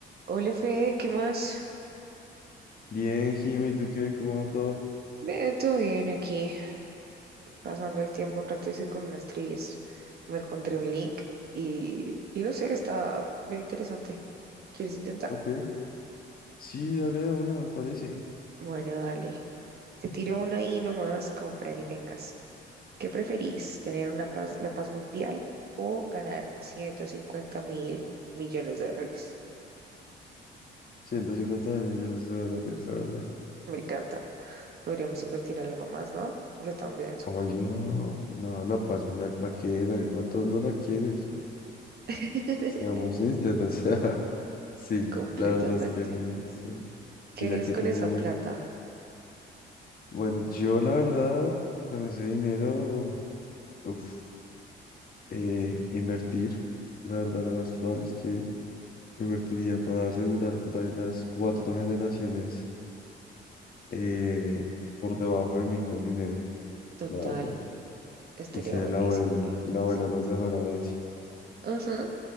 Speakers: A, on the right; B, on the left.
A: Hola Fede, ¿qué más?
B: Bien, Jimmy, ¿tú qué? ¿Cómo va todo?
A: Bien, todo bien aquí, pasando el tiempo un rato hice con unas trivias que me encontré un link y, y no sé, está muy interesante. ¿Quieres intentar?
B: Ok. Sí, dale de una, me parece.
A: Bueno, dale. Te tiro una ahí nomás como para que tengas. ¿Qué preferís? ¿Tener una paz, la paz mundial o ganar 150 mil millones de dólares?
B: 150 mil millones de dólares, la verdad.
A: Me encanta. Podríamos invertir en algo más, ¿no? Yo también, sup-
B: Oye, no, no, la paz mundial, ¿para qué? No, no todo el mundo la quiere, o sea,
A: <laughs>
B: seamos sinceros. <laughs> Sí,
A: completamente.
B: la verdad es que no, sí.
A: ¿Qué
B: Mira
A: harías
B: que
A: con
B: tengo
A: esa
B: unas...
A: plata?
B: Bueno, yo la verdad, con ese dinero, uf, eh, invertir, la verdad lo más probable es que invertiría para asegurar para unas cuatro generaciones eh, por debajo de mí con dinero,
A: Total,
B: la verdad.
A: estaría
B: Dice
A: buenísimo,
B: el abuelo,
A: la verdad.
B: el abuelo nos dejó la herencia.
A: Ajá,